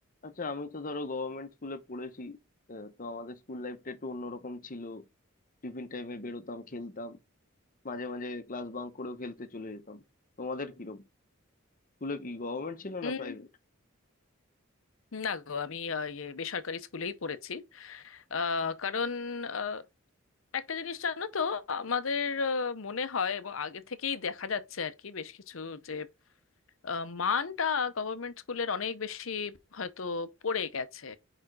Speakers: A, on the left; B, on the left.
A: আচ্ছা আমি তো ধরো গভর্নমেন্ট স্কুলে পড়েছি আহ, তো আমাদের স্কুল লাইফটা একটু অন্যরকম ছিল টিফিন টাইমে বেরোতাম খেলতাম মাঝে মাঝে ক্লাস বাঙ্ক করেও খেলতে চলে যেতাম তোমাদের কিরকম স্কুলে কি গভর্নমেন্ট ছিল
B: উম,
A: না প্রাইভেট
B: না গো আমি আহ, ইয়ে বেসরকারি স্কুলেই পড়েছি আহ, কারণ আহ, একটা জিনিস জানো তো আমাদের আহ, মনে হয় এবং আগে থেকেই দেখা যাচ্ছে আর কি বেশ কিছু যে আহ, মানটা গভর্নমেন্ট স্কুলের অনেক বেশি হয়তো পড়ে গেছে